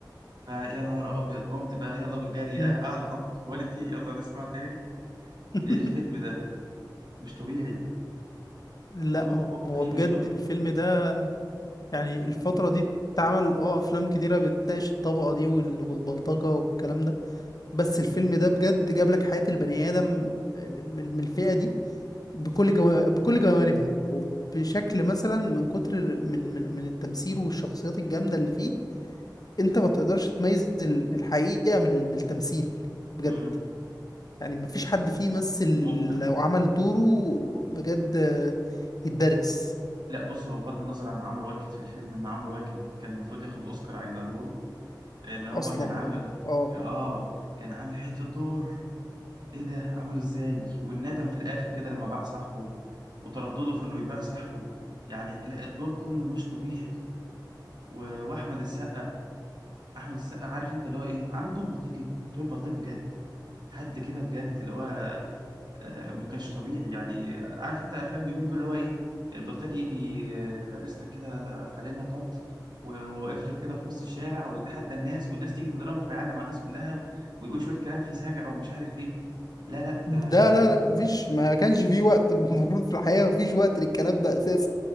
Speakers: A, on the right (about 65°); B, on the left (about 55°).
A: فيا نهار ابيض قمت بقى يلا بجري
B: مم.
A: أه، اعلى انضف كواليتي يلا نسمع تاني
B: <laughs>
A: ايه الفيلم ده مش طبيعي
B: لا
A: دوره
B: هو هو
A: فيه
B: بجد
A: مش
B: الفيلم ده يعني الفتره دي اتعمل اه افلام كتيره بتناقش الطبقه دي وال- والبلطجه والكلام ده بس الفيلم ده بجد جاب لك حياة البني آدم آه، من من الفئة دي بكل جو... بكل جوانبها وبشكل مثلا من كتر من من, من التمثيل والشخصيات الجامدة اللي فيه انت ما تقدرش تميز ال- الحقيقة من, ال- من التمثيل بجد
A: طبيعي
B: يعني ما فيش حد فيه مثل
A: مبهر
B: لو عمل دوره بجد آه، يتدرس
A: لا بص هو بغض النظر عن عمرو واكد في الفيلم ان عمرو واكد كان المفروض ياخد اوسكار على دوره ان هو
B: اصلا
A: كان عامل
B: بقى اه
A: كان اه كان عامل حته دور ايه ده عمله ازاي والندم في الاخر كده لما باع صاحبه وتردده في انه يبيع صاحبه يعني لا الدور كله مش طبيعي و... واحمد السقا احمد السقا عارف انت اللي هو ايه عامل دور بلطجي دور بلطجي بجد حد كده بجد اللي هو آه، ما كانش طبيعي يعني عارف انت افلام اليومين دول اللي هو ايه البلطجي يجي آه، لابس لك كده فانلة قط و- وواقف لك كده في نص الشارع ويتحدى الناس والناس تيجي تضربه فيعلم على الناس كلها و- ويقول شوية كلام فيه سجع ومش عارف ايه لا لا ده
B: ده لا لا مفيش ما كانش فيه وقت <laughs> المفروض في الحياة ما فيش وقت للكلام ده اساسا